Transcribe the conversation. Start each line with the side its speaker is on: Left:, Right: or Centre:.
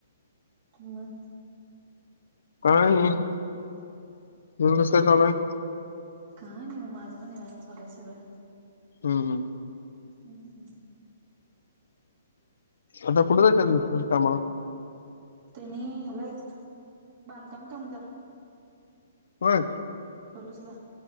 Right: मग.
Left: काय नाहीस तुझं कस चालाय?
Right: काय नाही माझं पण ये निवांत चालाय सगळं.
Left: हम् हम्.
Right: हम्मम्.
Left: आता कुठे जायचे मग कामाला.
Right: त्यांनी ह्याला य बांधकाम कामगार ला.
Left: होय.
Right: पोलूसला.